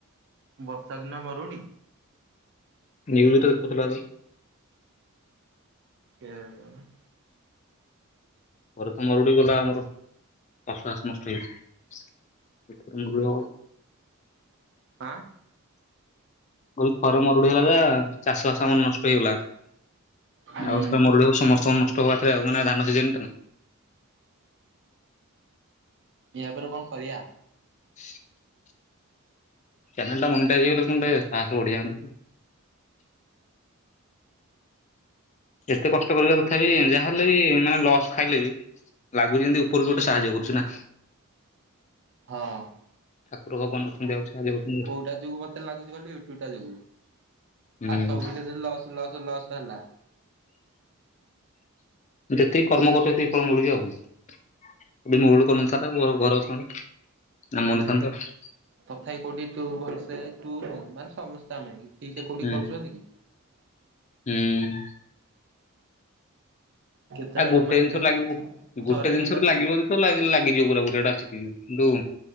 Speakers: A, on the right; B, on the left.
A: ବର୍ଷା ଦିନ ମରୁଡି।
B: ନିଉଜ୍ ରେ ଦେଖୁଥିଲା ଆଗ।
A: କେ <unintelligible>
B: ଘରେ ତ ମରୁଡି ଗଲା ଆମର ଚାଷ ବାସ ନଷ୍ଟ ହେଇଛି। <unintelligible>
A: ହାଁ
B: କଇ ଥରେ ମରୁଡି ହେଲା ଯେ ଚାଷ ବାସ ଆମନ ନଷ୍ଟ ହେଇଗଲା
A: ହୁଁ
B: ଆଉ ଥରେ ମରୁଡି ସମସ୍ତଙ୍କ ନଷ୍ଟ ହବା ରେ ଥାଏ ଆଉ ମନେ ଧାନ ସିଜିନ ଟା ନା।
A: ଏ ଆପରେ କଣ କରିବା?
B: <inaudible> ଚ୍ୟାନେଲ ଟା ମନିଟାଇଜ ହେଇଗଲେ କନଟିକେ ସାହସ ବଢ଼ିଜାନ୍ ଯେତେ କଷ୍ଟ କରିବା ତଥା ବିି ଯାହାହେଲେ ବି ମାନେ ଲସ୍ ଖାଇଲେ ବି ଲାଗୁଛି ଯେମତି ଉପରୁ ଗୋଟେ ସାହାଯ୍ୟ କରୁଛି ନା
A: ହଁ।
B: ଠାକୁର ଭଗବାନ ଅଛନ୍ତି ଆଉ। ସାହାଯ୍ୟ କରୁଛନ୍ତି
A: କୋଉଟା ଯୋଗୁ ମତେ ଲାଗୁଛି କହିଲୁ ୟୁଟୁବ ଟା ଯୋଗୁ
B: ହୁଁ
A: ଆଉ ସବୁ ଥିରେ ଲସ୍ ଲସ ଲସ୍ ହେଲା
B: ଯେତିକି କର୍ମ କରୁଛ ସେତିକି ଫଳ ମିଳୁଛି ଆଉ। <unintelligible>
A: ତଥାବି କୋଉଠି ତୁ ଭଲସେ ତୁ ନୁହ ମାନେ ସମସ୍ତେ ଆମେ କି ଠିକ ସେ
B: ହୁଁ
A: କୋଉଠି କରୁଛନ୍ତି କି।
B: ହୁଁ।
A: କେତେ
B: ଆଉ ଗୋଟେ
A: ମାନେ
B: ଜିନିଷରେ
A: କେ
B: ଲାଗିବ
A: ଥରେ
B: ଗୋଟେ ଜିନିଷରେ
A: କେତେ ସି
B: ଲାଗିବ ଯଦ ତ ଲାଗି-ଲାଗିଯିବ ପୁରାପୁରୀ ଏଟା ସିକି ଯିବୁ କିନ୍ତୁ